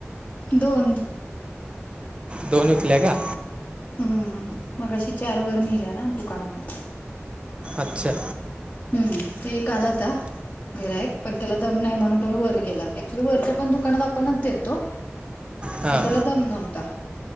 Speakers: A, on the left; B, on the right.
A: दोन
B: दोनही कल्या का?
A: हम्म मग अशी चार वर नेल्या ना दुकानामध्ये
B: अच्छा.
A: हम्म ते एक आला होता. घर आहे पण त्याला दम नाही, म्हणून तो वर गेला क्च्युली वरच्या पण दुकानात आपणच देतो.
B: हां
A: त्याला दम नव्हता